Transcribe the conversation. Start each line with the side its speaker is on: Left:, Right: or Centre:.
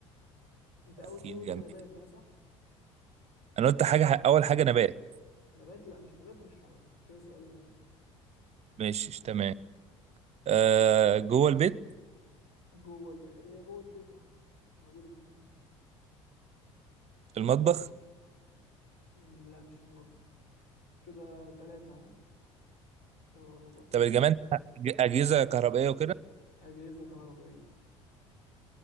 Left: انت اول
Right: اكيد
Left: سؤال
Right: جميل
Left: قلت نبات ها صح
Right: انا قلت حاجه اول حاجه نبات
Left: نبات لا مش نبات ومش حيوان كده سؤالين ها
Right: ماشي تمام آه جوه البيت
Left: جوه ال... هي جوه البيت اه موجوده في البيت
Right: المطبخ
Left: مم، لا مش في المطبخ كده ثلاثه ها ثلاث غلطات
Right: طب الجمال اجهزه كهربائيه وكده
Left: اجهزه كهربائيه